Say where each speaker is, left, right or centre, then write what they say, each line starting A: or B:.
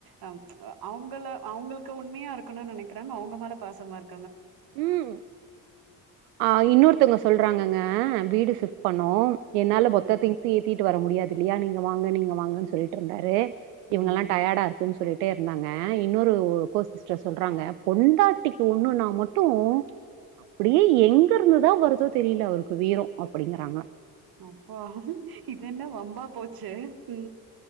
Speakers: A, on the right; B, on the right.
A: அம் அவங்க அவங்களுக்கு உண்மையா இருக்கணுன் நெனைக்கிறாங்க அவங்க மேல பாசமா இரு
B: ம் அ இன்னொருத்தவங்க சொல்றாங்கங்க வீடு சிஃப்ட் பண்ணோம் என்னால மொத்த
A: ம்,
B: திங்ஸ்யு ஏத்தி ட்டு வர முடியாது இல்லியா நீங்க வாங்க நீங்க வாங்கன் சொல்ட்ருந்தாரு இவங்கல்லா
A: ம்.
B: டயடா இருக்குன் சொல்லி ட்டே இருந்தாங்க இன்னொரு கோ சிஸ்டர் சொல்றாங்க பொண்டாட்டிக்கு ஒன்னுனா மட் டு அப்டியே எங்க இருந்துதா வருதோ தெரில அவருக்கு வீரோ அப்டிங்குறாங்க
A: அப்பா இதென்ன வம்பா போச் சு உ